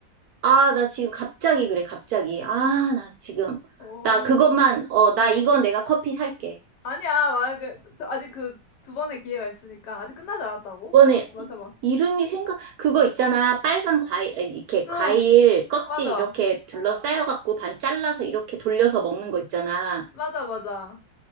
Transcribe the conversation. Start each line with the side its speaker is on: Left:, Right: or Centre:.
Right: 아, 나 지금 갑자기 그래, 갑자기. 아, 나 지금.
Left: 어,
Right: 나 그것만, 어, 나
Left: 어.
Right: 이건 내가 커피 살게.
Left: 아니야, 만약에, 아직 그 두 번의 기회가 있으니까. 아직 끝나지 않았다고?
Right: 이번에
Left: 맞, 맞아봐.
Right: 이름이 생각, 그거 있잖아. 빨간 과일, 아니, 이렇게
Left: 응,
Right: 과일 껍질
Left: 맞아.
Right: 이렇게 둘러싸여갖고 반 잘라서 이렇게 돌려서 먹는 거 있잖아.
Left: 맞아, 맞아.